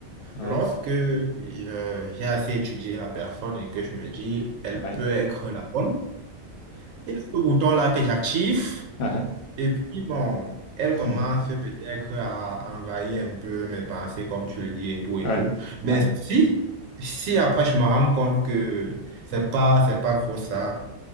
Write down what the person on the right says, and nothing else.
Lorsque je- j'ai assez étudié la personne et que je me dis, elle
peut être la bonne, il y a ce bouton-là que j'active.
Et puis, bon, elle commence
peut-être à envahir un peu mes pensées, comme tu le dis, et tout, et
tout. Mais
si, si après je me rends compte que c'est pas, c'est pas trop ça,